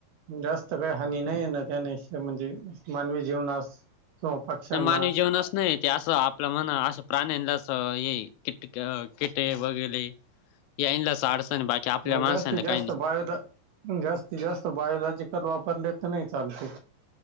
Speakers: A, on the right (about 65°); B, on the left (about 85°).
A: जास्त काही हानी नाही आहे ना त्याने म्हणजे मानवी जीवनास किंवा पक्ष्यांना
B: नाही मानवी जीवणच नाही ते असं आपलं म्हन असं प्राण्याना ये किट किटे वगैरे यांना अडचण बाकी आपल्या
A: मग
B: माणसाला
A: जास्तीत जास्त
B: काही नाही.
A: बाहेरील जास्तीत जास्त बायोलॉजिकल वापरले नाही चालते